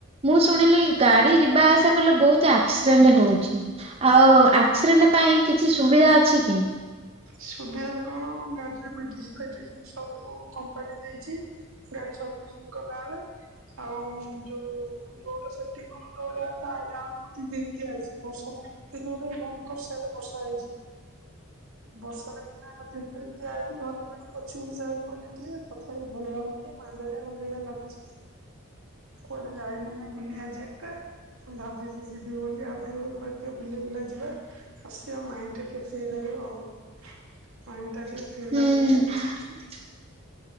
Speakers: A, on the right (about 25°); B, on the right (about 75°).
A: ମୁଁ ଶୁଣିଲି ଗା ବି ଯିବା ଆସା କଲେ ବହୁତ ଆକ୍ସିଡେଣ୍ଟ ହୋଉଛି। ଆଉ ଆକ୍ସିଡେଣ୍ଟ ପାଇଁ କିଛି ସୁବିଧା ଅଛି କି?
B: ସୁବିଧା କଣ ଗାଡ଼ିରେ ମେଡିସିନ ଫେଡିସିନ ସବୁ କମ୍ପାନୀ ଦେଇଛି। ଗାଡି ସର୍ଭିସିଂ କଲାବେଳେ ଆଉ ଯୋଉ ରୋଡ ସେଫ୍ଟି କଣ ରୋଡ ତ ଆଇଲା ବେଳକୁ ମୁଁ ତିନ୍ତି ତିନ୍ତି ଆଇଛି। ଵର୍ଷା ପାଣି ଦିନରେ ଭୟଙ୍କର ସେଆଡେ ବର୍ଷା ହେଇଛି। ବର୍ଷା ବାଟରେ କିନା ତିନ୍ତି ତିନ୍ତି ଆଇଲି ଘରେ ପାଇଁ ପୋଛି ପୁଛା ହେଇ ପଇଲି ଟିକେ ତଥାପି ଭଲ ଲାଗୁନି ମାନ୍ଦାଳିଆ ମାନ୍ଦାଳିଆ ଲାଗୁଛି। କୁଆଡେ ଯାଇନି ମୁ ବୁଲି ଆଜି ଏକା ମୁଁ ଭାବିିଚି ଯିବି ବୋଲି ଆଉ ଟିକେବେଳୁ କୁଆଡେ ଟିକେ ବୁଲିବୁଲା ଯିବା ଆସିବ ମାଇଣ୍ଡ ଟା ଟିକେ ଫ୍ରି ରହିବ ଆଉ। ମାଇଣ୍ଡ ଟା ଟିକେ
A: ହୁଁ।
B: ଫ୍ରି ଲାଗୁନି ଆଉ।